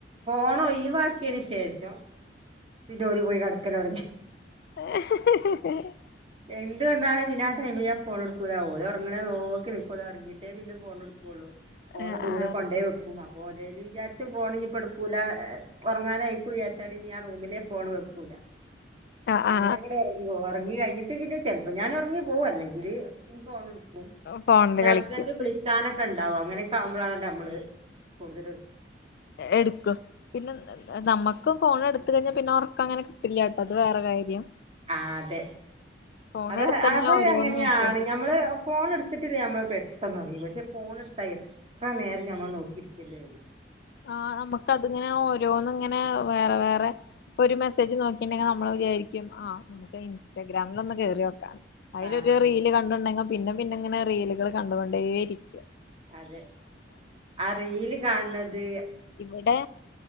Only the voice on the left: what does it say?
<unintelligible>
ആ
ആ
ആ
ഫോണില് കളിക്കും
എടുക്കും പിന്നെ നമ്മക്കും ഫോൺ എടുത്ത്കഴിഞ്ഞാൽ പിന്നെ ഒർ അങ്ങനെ കിട്ടില്ലാട്ടോ അത് വേറെ കാര്യം
ഫോൺ
എടുത്തങ്ങനെ
ഓരോന്ന്
നോക്കിയോണ്ട്
ആ അമ്മക്കതിങ്ങനെ ഓരോന്ന് ഇങ്ങനെ വേറെ വേറെ ഒരു മെസ്സേജ് നോക്കിണ്ടെങ്കിൽ നമ്മള് വിചാരിക്കും ആ നമുക്ക് ഇൻസ്റ്റാഗ്രാമിൽ ഒന്ന് കേറിയോക്കാന്ന് അതിലൊരു
റീല് കണ്ടുണ്ടെങ്കിൽ പിന്നെ പിന്നെ ഇങ്ങനെ റീലുകൾ കണ്ടോണ്ടേയിരിക്കും
ഇവിടെ